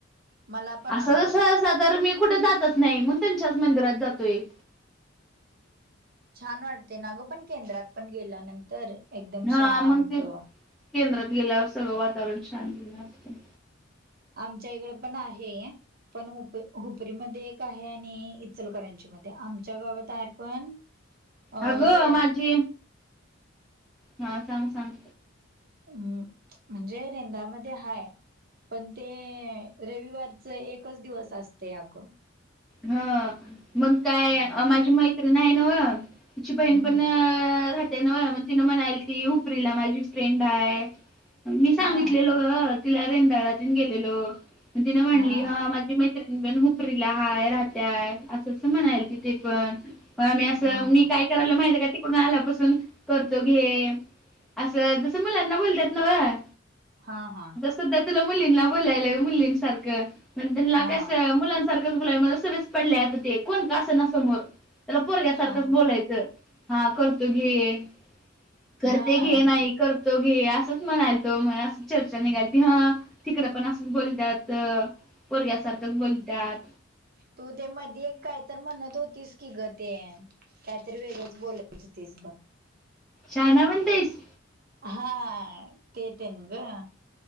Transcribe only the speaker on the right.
मला पण
अगं
छान वाटतय ना गं! पण केंद्रात पण गेल्यानंतर. एकदम
शांत
आमच्या इकड पण आहे. पण हुप हुपरीमध्ये एक आहे आणि इचलकरंजी मध्ये आमच्या गावात आहे पण <inaudible>
रे
हम्म, म्हणजे रेंदाळमध्ये हाय. पण ते रविवारच एकच दिवस असतय अगं.
हम्म
हम्म
हा
हा
हा
हा
हा, हा.
हा
हा हा
हा
तू ते मधे एक काय तर म्हणत होतीस? की गं ते काहीतरी वेगळच बोलत होतीस बघ.
हां, ते येतंन गं.